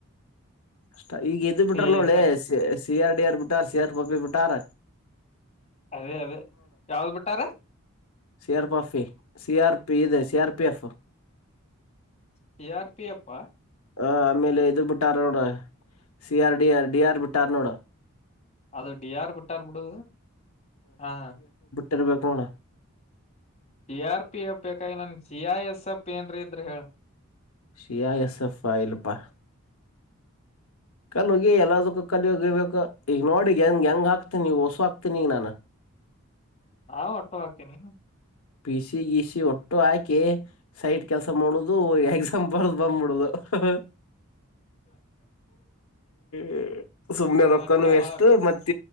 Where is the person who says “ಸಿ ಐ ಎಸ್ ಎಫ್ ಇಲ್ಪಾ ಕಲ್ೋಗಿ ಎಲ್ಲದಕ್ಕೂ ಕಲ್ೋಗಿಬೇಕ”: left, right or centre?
Left